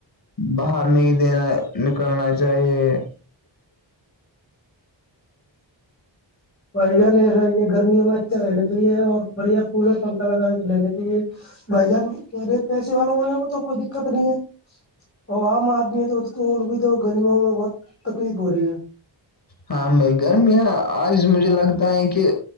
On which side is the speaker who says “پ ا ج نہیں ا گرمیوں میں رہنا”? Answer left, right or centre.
Left